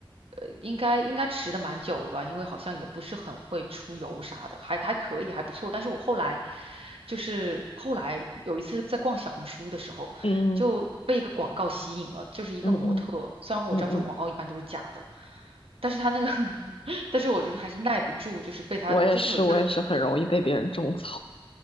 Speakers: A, on the right; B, on the left.
A: 呃，应该应该持的蛮久的吧，因为好像也不是很会出油啥的，还还可以，还不错。但是我后来就是后来有一次在逛小红书的时候，
B: 嗯
A: 就被一个广告吸引了，就是一个模特，
B: 嗯嗯嗯
A: 虽然我知道这种广告一般都是假的。
B: 嗯，嗯，
A: 但是他那个 <laughs> 但是我就是还是耐不住，就是被他就是有一个
B: 我也是，我也是很容易被别人种草。